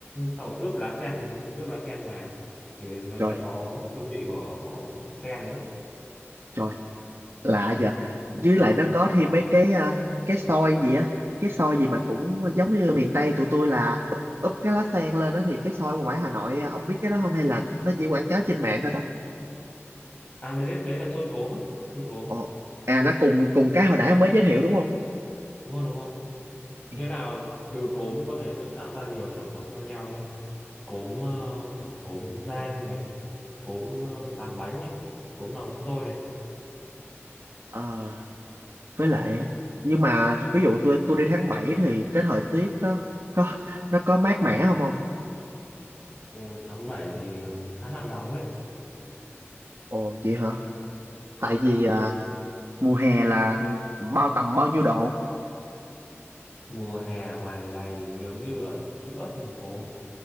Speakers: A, on the left (about 25°); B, on the right (about 70°).
A: sau ướp lá sen ướp lá sen vào thì nó
B: trời
A: sẽ có hương vị của sen nữa
B: trời lạ vậy với lại nó có thêm mấy cái à, cái xôi gì á cái xôi gì mà cũng giống như miền Tây tụi tôi là úp, úp cái lá sen lên á thì cái xôi ngoài ngoài Hà Nội à, ông biết cái đó không hay là nó chỉ quảng cáo trên mạng thôi ta
A: à đấy đấy là xôi cốm ấy xôi cốm
B: ồ à nó cùng cùng cái hồi nãy ông mới giới thiệu đúng không
A: đúng rồi đúng rồi
B: Ừ.
A: nghĩa là từ cốm có thể sẽ tạo ra nhiều sản phẩm khác nhau nhé cốm ờ, kiểu cốm rang này cốm ờ, làm bánh này cốm làm xôi này
B: ờ với lại á, nhưng mà ví dụ tôi tôi đi tháng 7 thì cái thời tiết đó có nó có mát mẻ không ông?
A: mùa tháng 7 thì ờ, khá là nóng đấy
B: ồ vậy hả tại vì à, mùa hè là bao tầm bao nhiêu độ
A: mùa hè ngoài này nếu như ở giữa thành phố